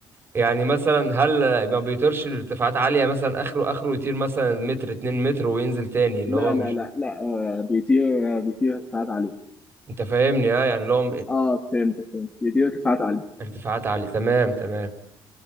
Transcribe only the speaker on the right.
يعني مثلا هل ما بيطيرش لارتفاعات عالية مثلا اخره اخره يطير مثلا متر اتنين متر وينزل تاني اللي
هو مش
انت فاهمني ها يعني لو
ارتفاعات عالية تمام تمام